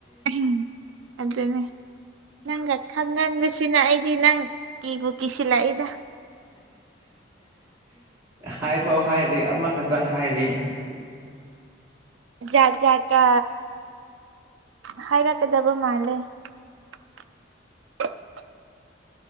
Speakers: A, on the right (about 90°); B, on the right (about 20°).
A: <inaudible> ꯑꯗꯨꯅꯦ ꯅꯪꯒ ꯈꯪꯍꯟꯕꯁꯤꯅ ꯑꯩꯗꯤ ꯅꯪ ꯀꯤꯕꯨ ꯀꯤꯁꯤꯜꯂꯛꯏꯗ
B: ꯍꯥꯏꯐꯥꯎ ꯍꯥꯏꯗꯔꯤ ꯑꯃꯈꯛꯇ ꯍꯥꯏꯔꯤ
A: ꯖꯥꯠ ꯖꯥꯠꯀ ꯍꯥꯏꯔꯛꯀꯗꯕ ꯃꯥꯜꯂꯦ <inaudible>